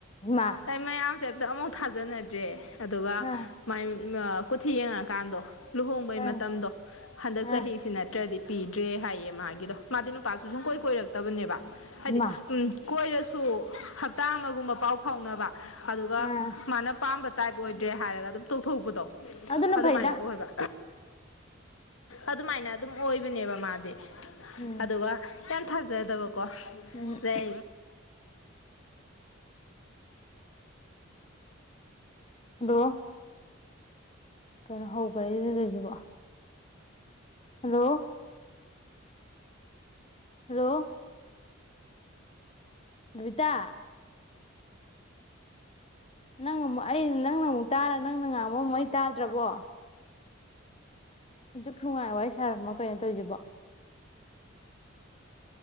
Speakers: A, on the left; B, on the left.
A: ꯏꯃꯥ
B: ꯑꯩ ꯃꯌꯥꯝꯁꯦ ꯑꯝꯇ ꯑꯝꯐꯥꯎ ꯊꯥꯖꯅꯗ꯭ꯔꯦ ꯑꯗꯨꯒ
A: ꯑꯥ
B: ꯃꯥꯏ ꯃꯥ ꯀꯨꯊꯤ ꯌꯦꯡꯉꯛꯀꯥꯟꯗꯣ ꯂꯨꯍꯣꯡꯕꯩ
A: ꯑꯥ
B: ꯃꯇꯝꯗꯣ ꯍꯟꯗꯛ
A: ꯑꯥ
B: ꯆꯍꯤ ꯁꯤ ꯅꯠꯇ꯭ꯔꯗꯤ ꯄꯤꯗ꯭ꯔꯦ ꯍꯥꯏꯌꯦ ꯃꯥꯒꯤꯗꯣ ꯃꯥꯗꯤ ꯅꯨꯄꯥꯁꯨ ꯁꯨꯡ ꯀꯣꯏ ꯀꯣꯏꯔꯛꯇꯕꯅꯦꯕ꯫
A: <unintelligible>
B: ꯍꯥꯏꯗꯤ ꯎꯝ ꯀꯣꯏꯔꯁꯨ ꯍꯞꯇꯥ ꯑꯃꯒꯨꯝꯕ ꯄꯥꯎ ꯐꯥꯎꯅꯕ ꯑꯗꯨꯒ
A: ꯑꯥ
B: ꯃꯥꯅ ꯄꯥꯝꯕ ꯇꯥꯏꯞ ꯑꯣꯏꯗ꯭ꯔꯦ ꯍꯥꯏꯔꯒ ꯑꯗꯨꯝ ꯇꯣꯛꯊꯣꯛꯄꯗꯣ
A: ꯑꯗꯨꯅ
B: ꯑꯗꯨꯃꯥꯏꯅ
A: ꯐꯩꯗ
B: ꯑꯣꯏꯕ꯫ ꯑꯗꯨꯃꯥꯏꯅ ꯑꯗꯨꯝ ꯑꯣꯏꯕꯅꯦꯕ ꯃꯥꯗꯤ
A: ꯎꯝ
B: ꯑꯗꯨꯒ ꯌꯥꯝ ꯊꯥꯖꯗꯕꯀꯣ
A: ꯎꯝ꯫
B: ꯑꯗꯩ
A: ꯍꯜꯂꯣ꯫ ꯀꯩꯅꯣ ꯍꯧꯕ꯭ꯔꯦꯗꯇꯣꯏꯁꯤꯕꯣ꯫ ꯍꯜꯂꯣ꯫ ꯍꯜꯂꯣ꯫ ꯕꯕꯤꯇꯥ꯫ ꯅꯪ ꯑꯃꯨꯛ ꯑꯩ ꯅꯪꯅ ꯑꯃꯨꯛ ꯇꯥꯔ ꯅꯪꯅ ꯉꯥꯡꯕ ꯑꯃꯨꯛ ꯑꯩ ꯇꯥꯗ꯭ꯔꯕꯣ? ꯍꯧꯖꯤꯛ ꯅꯨꯡꯉꯥꯏ ꯋꯥꯔꯤ ꯁꯥꯔꯝꯃ ꯀꯩꯅꯣ ꯇꯧꯁꯤꯕꯣ꯫